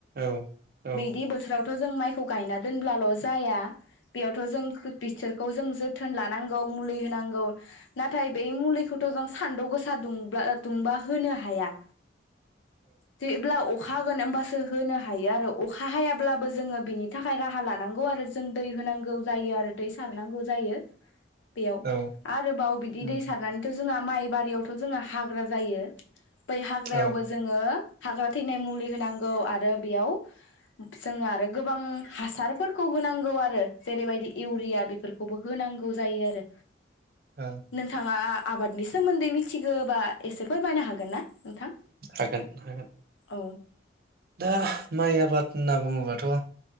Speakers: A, on the right; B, on the left.
A: औ औ
B: बिदि बोथोरावथ' जों माइ खौ गायना दोनब्लाल' जाया बेयावथ' जों खो-बिसोरखौ जों जो थोन लानांगौ मुलि होनांगौ नाथाय बे मुलिखौथ' जों सान्दुं गोसा दुंब्ला ओ दुंबा होनो हाया जेब्ला अखा हागोन ओमबासो होनो हायो आरो अखा हायाब्लाबो जोङो बिनि थाखाय राहा लानांगौ आरो जों दै होनांगौ जायो आरो दै सारनांगौ जायो। बेयाव
A: औ
B: आरोबाव बिदि
A: उम
B: दै सारनानैथ' जोंहा माइ बारियावथ' जोंना हाग्रा जायो बै हाग्रायावबो
A: औ
B: जोङो हाग्रा थैनाय मुलि होनांगौ आरो बेयाव जोङो आरो गोबां हासारफोरखौ होनांगौ आरो जेरैबायदि इउरिया बेफोरखौबो। होनांगौ जायो आरो
A: औ
B: नोंथाङा आबादनि सोमोन्दै मिथिगौोबा एसे फोरमायनो हागोन ना नोंथां?
A: हागोन हागोन
B: औ
A: दा माइआ आबाद होनना बुङोबाथ'